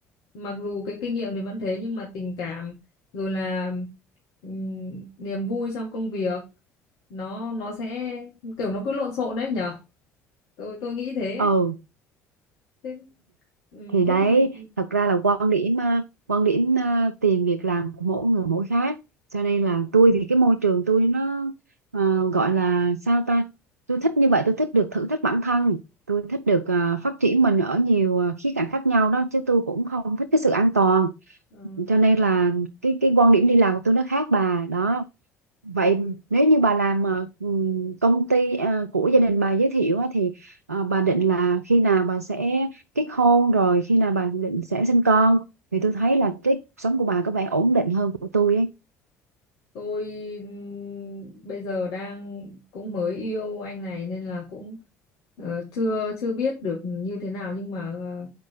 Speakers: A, on the left; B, on the right.
A: Mặc dù cái kinh nghiệm thì vẫn thế nhưng mà tình cảm rồi là ừm, niềm vui trong công việc nó nó sẽ kiểu nó cứ lộn xộn đấy nhở tôi tôi nghĩ thế
B: ừ
A: thế ừ,
B: thì
A: thế
B: đấy
A: thì
B: thật ra là quan điểm ờ, quan điểm ờ, tìm việc làm của mỗi người mỗi khác cho nên là tôi thì cái môi trường tôi nó ờ, gọi là sao ta tôi thích như vậy tôi thích được thử thách bản thân tôi thích được ờ, phát triển mình ở nhiều ờ, khía cạnh khác nhau đó chứ tôi cũng không thích cái sự an toàn
A: ờ,
B: cho nên là cái cái quan điểm đi làm của tôi nó khác bà đó Vậy
A: tôi
B: nếu như bà làm ờ, ừm, công ty ờ, của gia đình bà giới thiệu á, thì ờ, bà định là khi nào bà sẽ kết hôn rồi khi nào bà định sẽ sinh con thì tôi thấy là cái cuộc sống của bà có vẻ ổn định hơn của tôi ấy.
A: tôi ừm, bây giờ đang cũng mới yêu anh này nên là cũng ờ, chưa chưa biết được như thế nào nhưng mà ờ,